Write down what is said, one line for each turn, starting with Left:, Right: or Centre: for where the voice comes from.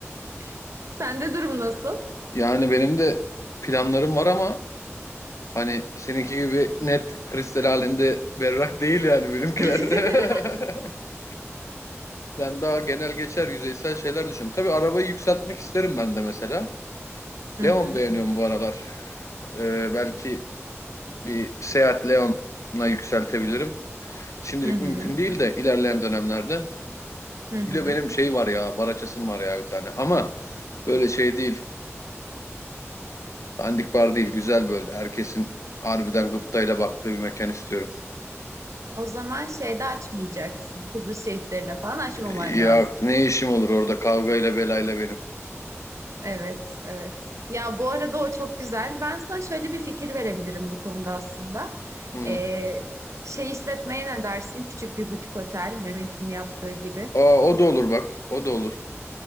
Right: <laughs> Sende durum nasıl?
Left: Yani benim de planlarım var ama hani seninki gibi net kristal halinde berrak değil yani benimkiler.
Right: <laughs>
Left: <laughs> Ben daha genel geçer yüzeysel şeyler düşünüyorum. Tabii arabayı yükseltmek isterim ben de mesela.
Right: Hı
Left: Leon
Right: hı,
Left: beğeniyorum bu aralar. Ee, belki bir Seat Leon'a yükseltebilirim. Şimdilik
Right: hı hı,
Left: mümkün değil de ilerleyen dönemlerde.
Right: hı hı.
Left: Bir de benim şey var ya, Baraçasım var ya bir tane. Ama böyle şey değil, dandik bar değil, güzel böyle. Herkesin harbiden gıptayla baktığı bir mekan istiyorum.
Right: O zaman şeyde açmayacaksın. Kıbrıs şehitlerine falan açmaman
Left: Ee,
Right: lazım.
Left: ya ne işim olur orada kavgayla belayla benim.
Right: Evet, evet. Ya bu arada o çok güzel. Ben sana şöyle bir fikir verebilirim bu konuda aslında.
Left: Hı.
Right: Ee, şey işletmeye ne dersin? Küçük bir butik otel, Mehmet'in yaptığı gibi.
Left: Aa, o da olur bak, o da olur.